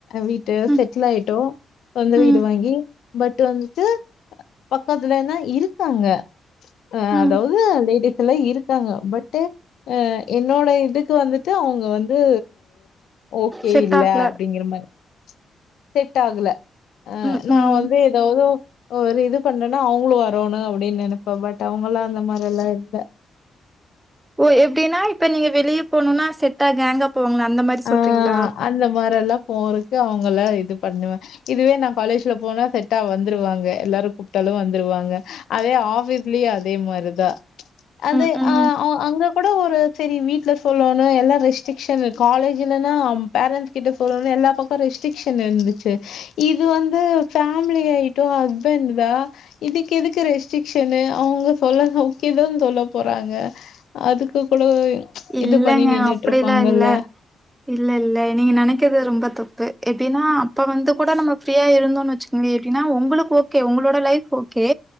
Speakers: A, on the left; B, on the right.
A: வீட்டு
B: ம்
A: செட்டில் ஆயிட்டோ சொந்த
B: ம்
A: வீடு வாங்கி பட் வந்துட்டு பக்கத்துலனா இருக்காங்க அ
B: ம்.
A: அதாவது லேடிஸ் எல்லா இருக்காங்க பட்டு அ என்னோட இதுக்கு வந்துட்டு அவங்க வந்து ஓக் கே
B: செட்
A: இல்ல
B: ஆகல.
A: அப்டிங்கிற மாறி செட் ஆகுல அஹ்
B: ம்
A: நா
B: ம்.
A: வந்து ஏதாவதோ ஒரு இது பண்றேன்னா அவங்களு வரனு அப்டின்னு நினைப்ப பட் அவங்க எல்லா அந்த மாறி எல்லா இல்ல
B: ஓ எப்டின்னா இப்போ நீ வெளிய போன்னுனா செட்டா கேங்கா போவாங்கள அந்த மாறி சொல்றீங்களா
A: ஆ அந்த மாரில்லா போறக்கு அவங்கள இது பண்ணுவே இதுவே நான் காலேஜ்ல போனா செட்டா வந்துருவாங்க எல்லாரூ கூப்பிட்டாலூ வந்துருவாங்க அதே ஆபீஸ்லயூ அதே மாரிதா அது
B: ம் ம்.
A: அஹ் அவங் அங்க கூட ஒரு சரி வீடல சொல்லோனோ எல்லா ரெஸ்ட்ரிக்ஷன் இருக் காலேஜிலன்னா பேரண்ட்ஸ் கிட்ட சொல்லணன்னா எல்லா பக்கம் ரெஸ்ட்ரிக்ஷன் இருந்துச்சு இது வந்து ஃபேமிலி ஆயிட்டோ ஹஸ்பண்ட் தா இதுக்கு எதுக்கு ரெஸ்ட்ரிக்ஷனு அவங்க சொல்ல தா ஓகே தா சொல்ல போறாங்க அதுக்குக் கூட
B: இல்லங்க
A: இது பண்ணி நின்னுட்டு
B: அப்படிலா
A: இருப்பாங்கல்ல.
B: இல்ல இல்ல இல்ல நீங்க நெனைக்கர்த் ரொம்ப தப்பு எப்பிடினா அப்ப வந்து கூட நம்ம ஃபிரீயா இருந்தோ வச்சுக்கோங்க எப்பிடினா உங்களுக்கு ஓக் கே உங்களோட லைஃப் ஓகே